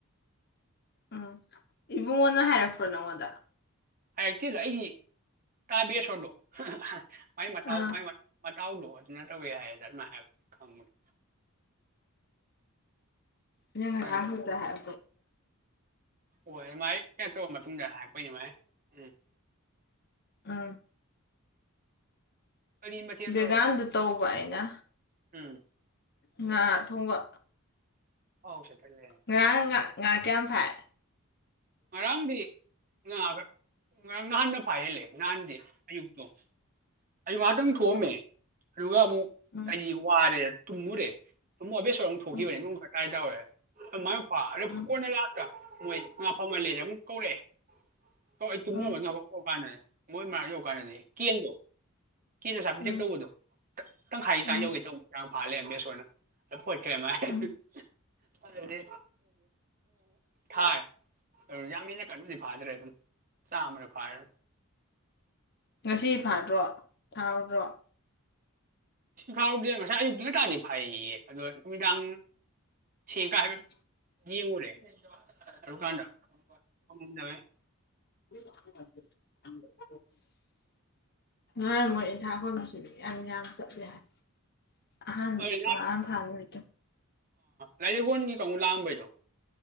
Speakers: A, on the left (about 50°); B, on the right (about 40°).
A: ꯎꯝ ꯏꯕꯨꯡꯉꯣꯅ ꯍꯥꯏꯔꯛꯄ꯭ꯔꯣ ꯅꯪꯉꯣꯟꯗ
B: ꯍꯥꯏꯔꯛꯇꯦꯗ ꯑꯩꯒꯤ ꯇꯥꯕꯦꯁꯣꯔꯗꯣ ꯃꯥꯏ ꯃꯇꯥꯎ
A: ꯑꯥ
B: ꯃꯥꯏ ꯇꯥꯎꯗꯣ ꯑꯗꯨꯅ ꯇꯧꯋꯦ ꯍꯥꯏꯌꯦꯗ ꯍꯥꯏ ꯈꯪꯕꯅꯤ
A: ꯎ ꯌꯦꯅ ꯉꯍꯗ
B: ꯎꯝ
A: ꯍꯥꯏ
B: ꯍꯣꯏ ꯃꯥꯏ ꯑꯇꯣꯞꯄ ꯃꯇꯨꯡꯗ ꯍꯥꯥꯛꯄꯩꯅꯤ ꯃꯥꯏ ꯎꯝ
A: ꯎꯝ
B: ꯀꯔꯤ ꯃꯊꯦꯜ
A: ꯕꯦꯒꯝꯗꯨ
B: ꯇꯧꯔꯕ
A: ꯇꯧꯕ ꯑꯩꯅ
B: ꯎꯝ
A: ꯉ ꯊꯣꯡꯕ
B: ꯁ ꯀ ꯂꯩꯦ
A: ꯉꯔꯥꯡ ꯉꯥ ꯉꯥ ꯀꯌꯥꯝ ꯐꯥꯏ
B: ꯃꯔꯥꯡꯗꯤ ꯑ ꯉꯔꯥꯡ ꯅꯍꯥꯟꯗ ꯐꯥꯏꯍꯜꯂꯦ ꯅꯍꯥꯟꯗꯤ ꯑꯌꯨꯛꯇꯣ ꯑꯌꯨꯛ ꯉꯍꯥꯛꯇꯪ
A: ꯎꯝ
B: ꯊꯣꯛꯑꯝꯃꯦ ꯑꯗꯨꯒ ꯑꯃꯨꯛ
A: ꯎꯝ
B: ꯑꯩ ꯋꯥꯔꯦ ꯇꯨꯝꯃꯨꯔꯦ ꯛ ꯑꯕꯦꯠꯁꯣꯔ ꯑꯃ ꯊꯣꯛꯈꯤꯕꯅꯤ
A: ꯎꯝ
B: ꯅꯨꯡ ꯈꯔ ꯀꯥꯏ ꯇꯧꯔꯦ ꯃꯥꯏ ꯐꯥ ꯑꯗ
A: ꯎꯝ
B: ꯀꯣꯟꯅ ꯂꯥꯛꯇ ꯃꯣꯏ ꯉꯥ ꯐꯪꯍꯜꯂꯦꯁꯦ ꯑꯃꯨꯛ ꯀꯧꯔꯛꯑꯦ ꯀꯧꯦ ꯇꯨꯝꯃꯒ
A: ꯎꯝ
B: ꯉꯥꯐꯥꯎ ꯀꯧꯔ ꯀꯥꯟꯗꯅꯦ ꯃꯣꯏ ꯃꯥꯔ ꯌ ꯀꯥꯟꯅꯗꯤ ꯀꯍꯟꯗꯣ ꯀꯦ ꯑꯆꯥ ꯄꯤꯇꯦꯛ
A: ꯎꯝ
B: ꯇꯧꯕꯗꯣ ꯇꯪꯈꯥꯏ
A: ꯎꯝ
B: ꯆꯥꯡ ꯌꯧꯒꯦ ꯇꯧꯕ ꯆꯥꯡ ꯐꯥꯜꯂꯦ ꯑꯦꯁꯣꯔꯅ ꯍꯠꯈ꯭ꯔꯦꯃꯗꯤ
A: ꯎꯝ
B: ꯊꯥꯏ ꯌꯥꯝ ꯃꯤꯅ ꯀꯟꯅꯨꯗꯤ ꯐꯥꯗ꯭ꯔꯦ ꯑꯗꯨꯝ ꯆꯥꯝꯃꯅ ꯐꯥꯔ ꯑꯗꯨ
A: ꯉꯁꯤ ꯐꯥꯗ꯭ꯔꯣ ꯊꯥꯎꯗ꯭ꯔꯣ
B: ꯁꯤ ꯐꯥꯎꯔꯗꯦ ꯉꯁꯥꯏ ꯑꯌꯨꯛꯇ ꯉꯇꯥꯥꯗꯤ ꯐꯩꯌꯦ ꯑꯗꯣ ꯅꯨꯃꯤꯗꯥꯡ ꯁꯦꯡ ꯀ ꯍꯥꯏꯐꯦꯠ
A: <unintelligible>
B: ꯌꯦꯡꯉꯨꯔꯦ ꯑꯗꯨꯀꯥꯟꯗ ꯉꯝꯗꯕꯩ
A: <unintelligible> ꯉꯥꯏ ꯃꯣꯏ ꯏꯟ ꯊꯥꯈꯣꯅꯁꯨ ꯌꯥꯝ ꯌꯥꯝ ꯆꯠꯂꯦ ꯍꯥꯏ ꯑꯥꯟ
B: ꯑꯗꯨ
A: ꯑ ꯐꯔ ꯑꯣꯏꯀ
B: ꯂꯥꯏꯔꯡꯒꯣꯟꯒꯤ ꯀꯧꯨꯛ ꯂꯥꯛꯑꯝꯕꯩꯗꯣ